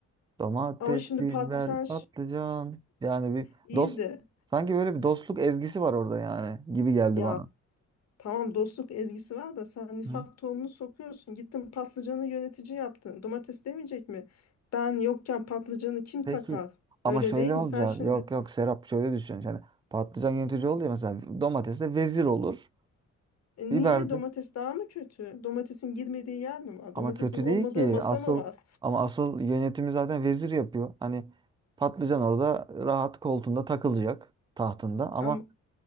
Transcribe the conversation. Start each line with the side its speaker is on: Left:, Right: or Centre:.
Right: Domates,
Left: Ama şimdi
Right: biber,
Left: patlıcan
Right: patlıcan. Yani bir
Left: iyi
Right: dost
Left: de
Right: sanki böyle bir dostluk ezgisi var orada yani gibi geldi
Left: ya
Right: bana.
Left: tamam dostluk ezgisi var da sen nifak
Right: Hı.
Left: tohumunu sokuyorsun. Gittin patlıcanı yönetici yaptın. Domates demeyecek mi? Ben yokken patlıcanı kim
Right: Peki
Left: takar?
Right: ama
Left: Öyle
Right: şöyle
Left: değil mi?
Right: olacak.
Left: Sen şimdi
Right: Yok yok Serap şöyle düşün. Yani patlıcan yönetici oluyor mesela domates de vezir olur.
Left: e, niye
Right: Biber
Left: domates
Right: de
Left: daha mı kötü? Domatesin girmediği yer mi var?
Right: ama
Left: Domatesin
Right: kötü
Left: olmadığı
Right: değil ki.
Left: masa
Right: Asıl
Left: mı var?
Right: ama asıl yönetimi zaten vezir yapıyor. Hani patlıcan orada rahat koltuğunda takılacak tahtında ama
Left: Ama,